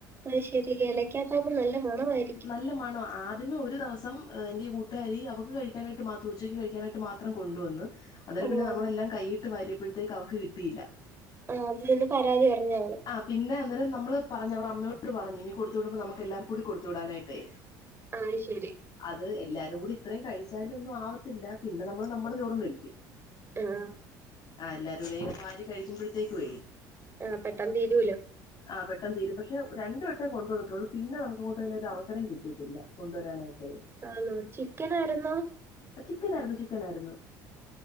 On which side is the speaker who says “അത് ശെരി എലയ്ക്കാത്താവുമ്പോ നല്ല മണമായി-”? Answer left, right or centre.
Right